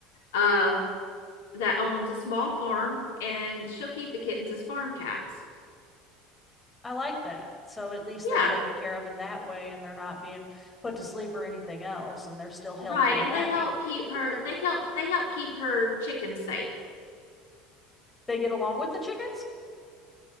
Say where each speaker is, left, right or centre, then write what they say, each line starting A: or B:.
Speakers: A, on the left; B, on the left.
A: uh, that owns a small farm and she'll keep the kittens as farm cats.
B: I like that. So at least
A: Yeah,
B: they're taken care of in that way and they're not being put to sleep or anything else and they're still healthy
A: right.
B: and
A: And
B: happy.
A: they help keep her. They help. They help keep her chickens safe.
B: They get along with the chickens?